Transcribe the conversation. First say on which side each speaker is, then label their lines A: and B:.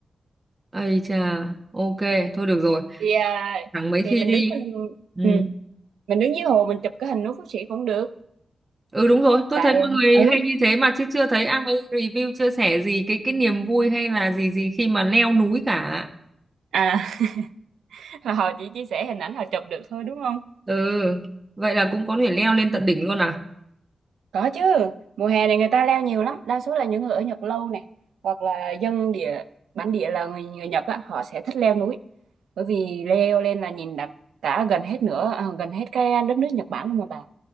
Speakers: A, on the right; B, on the right.
A: Ây chà, ok thôi được rồi
B: thì à,
A: chẳng mấy khi
B: thì mình
A: đi.
B: đứng mình
A: Ừ.
B: ừ. mình đứng dưới hồ mình chụp cái hình núi Phú Sĩ cũng được
A: ừ đúng rồi tôi
B: tại
A: thấy mọi người
B: ừ
A: hay như thế mà chứ chưa thấy ai review chia sẻ gì cái cái niềm vui hay là gì gì khi mà leo núi cả.
B: à <laughs> họ chỉ chia sẻ hình ảnh họ chụp được thôi đúng không
A: Ừ, vậy là cũng có thể leo lên tận đỉnh luôn à?
B: có chứ mùa hè này người ta leo nhiều lắm đa số là những người ở Nhật lâu này hoặc là dân địa bản địa là người người Nhật á họ sẽ thích leo núi bởi vì leo lên là nhìn đặc cả gần hết nữa à, gần hết cái đất nước Nhật Bản luôn mà bà